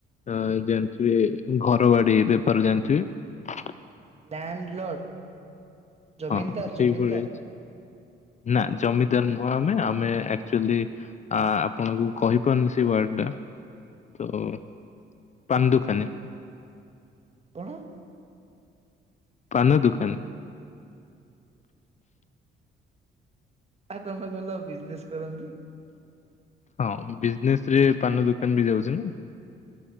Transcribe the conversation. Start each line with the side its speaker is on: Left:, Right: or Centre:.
Left: ଅ ଜାଣିଥିବେ ଘର ବାଡି ବେପାର ଜାଣିଥିବେ?
Right: ଲ୍ୟାଣ୍ଡଲଡ଼ ଜମିନଦାର
Left: ହଁ ସେଇଭଳି
Right: ଜମିନଦାର?
Left: ନା ଜମିଦାର ନୁହଁ ଆମେ ଆମେ ଆକ୍ଚୁଆଲି ଆପଣଙ୍କୁ କହିପାରୁନି ସେ ୱାଡଟା ତ ପାନ ଦୁକାନି।
Right: କଣ?
Left: ପାନ ଦୁକାନ।
Right: ଆଉ <unintelligible> ତମେ କହିଲ ବିଜନେସ କରନ୍ତି।
Left: ହଁ ବିଜନେସରେ ପାନ ଦୋକାନ ବି ଯାଉଚି ନା।